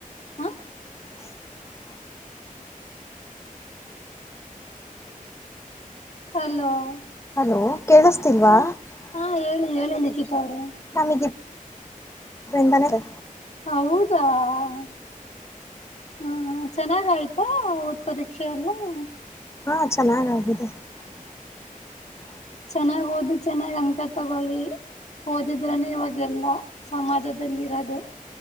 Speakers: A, on the left; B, on the left.
A: ಹಾ <unintelligible>
B: <unintelligible> <inaudible>
A: ಹಲೋ <unintelligible>
B: ಹಲೋ ಕೇಳ್ತಿಲ್ವಾ
A: ಹ
B: <unintelligible>
A: ಹಾ ಹೇಳಿ ಹೇಳಿ ಲಿಖಿತ ಅವ್ರೆ <unintelligible>
B: ನಾಮಗಂತಾನೆ <unintelligible>
A: ಹೌದಾ <unintelligible> ಹ ಚೆನ್ನಾಗ ಆಯ್ತಾ ಓಟ್ ಪರೀಕ್ಷೆ ಎಲ್ಲ <unintelligible>
B: ಹಾ ಚೆನ್ನಾಗಗಾಗಿದೆ <unintelligible> <inaudible>
A: ಚೆನ್ನಾಗ ಓದ್ ಚೆನ್ನಾಗ್ ಅಂಕ ತಗೊಳ್ಳಿ <unintelligible> ಓದಿದ್ರನೆೇ ಇವಾಗೆಲ್ಲ ಸಮಾಜದಲ್ಲಿ ಇರೋದು <unintelligible>